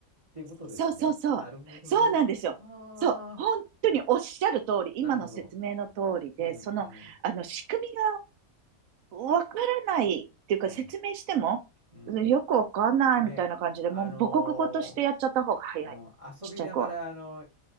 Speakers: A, on the right (about 25°); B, on the right (about 75°).
A: ってことですね。
B: そうそうそう、
A: なるほどね。
B: そうなんですよ。
A: ああ。
B: そう、本当におっしゃる通り、今の説明の通りで、
A: なるほど。うん、
B: その、
A: うん、
B: あの、仕組みわからないっていうか説明しても、
A: うん、うん。
B: うんよくわかんないみたいな感じで、
A: ね、あの
B: もう母国語としてやっちゃった方が早い。
A: ーうん、
B: ちっちゃい子は。
A: 遊びながら、あの、